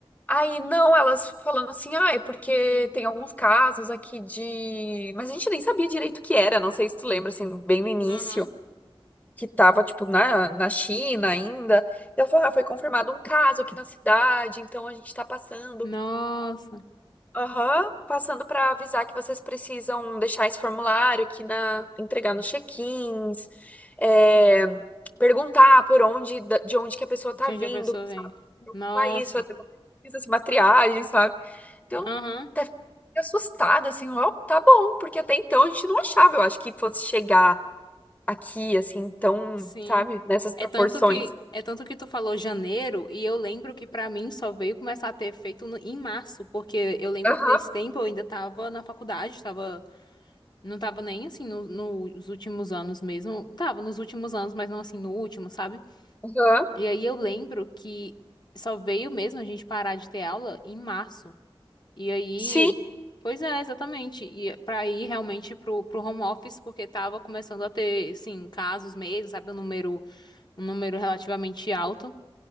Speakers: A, on the left; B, on the left.
A: Aí, não, elas falando assim, ah, é porque tem alguns casos aqui de. Mas a gente nem sabia direito o que era, não sei se tu lembra, assim, bem no início
B: uhum.
A: que estava, tipo, na, na China ainda. E ela falou, ah, foi confirmado um caso aqui na cidade, então a gente está passando.
B: Nossa,
A: Aham, passando para avisar que vocês precisam deixar esse formulário aqui na, entregar nos check-ins, é, perguntar por onde, da- de onde que a pessoa
B: de
A: tá vindo,
B: onde a pessoa
A: sabe,
B: vem?
A: o
B: Nossa,
A: país, fazer uma pesquisa, assim, uma triagem, sabe? Então,
B: uhum,
A: até fiquei assustada, assim, ó, tá bom, porque até então a gente não achava, eu acho que fosse chegar aqui, assim, tão,
B: sim.
A: sabe, nessas
B: É
A: proporções.
B: tanto que, é tanto que tu falou janeiro e eu lembro que pra mim só veio começar a ter efeito no- em março, porque eu lembro
A: Aham,
B: que nesse tempo eu ainda tava na faculdade, tava Não tava nem assim no- nos últimos anos mesmo. Tava nos últimos anos, mas não assim no último, sabe?
A: aham.
B: E aí eu lembro que só veio mesmo a gente parar de ter aula em março. E aí.
A: Sim,
B: Pois é, exatamente. E pra ir realmente pro, pro home office, porque tava começando a ter, assim, casos mesmo, sabe? Um número, um número relativamente alto.